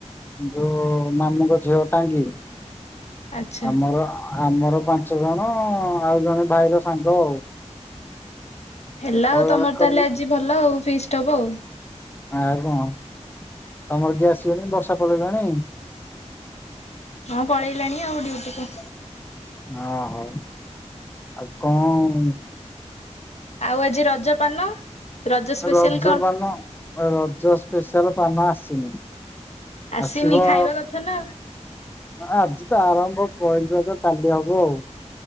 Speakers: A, on the left (about 15°); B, on the left (about 65°).
A: ଯୋଉ ମାମୁଁଙ୍କ ଝିଅ ଟାଙ୍କି।
B: ଆଚ୍ଛା
A: ଆମର। ଆମର ପାଞ୍ଚ ଜଣ। ଆଉ ଜଣେ ଭାଇର ସାଙ୍ଗ ଆଉ।
B: ହେଲା
A: ଏତକ
B: ଆଉ।
A: ଯାକ
B: ତମର
A: କଲୁ
B: ତାହେଲେ ଆଜି ଭଲ ଆଉ। ଫିଷ୍ଟ ହବ ଆଉ।
A: ଆଉ କଣ? ତମର କିଏ ଆସିବନି। ବର୍ଷା ପଳେଇଲାଣି।
B: ହଁ ପଳେଇଲାଣି ଆଉ। ଡୁଟିକୁୁ।
A: ହଁ। ହଉ ଆଉ କଣ?
B: ଆଉ ଆଜି ରଜ ପାନ। ରଜ ସ୍ପେଶିଆଲ
A: ରଜ
B: କଣ
A: ପାନ। ରଜ ସ୍ପେଶାଲ ପାନ ଆସିନି।
B: ଆସିନି
A: ଆସିବ।
B: ଖାଇବା କଥା ନା
A: ଆଜି ତ ଆରମ୍ଭ ପହିଲି ରଜ। କାଲି ହବ ଆଉ।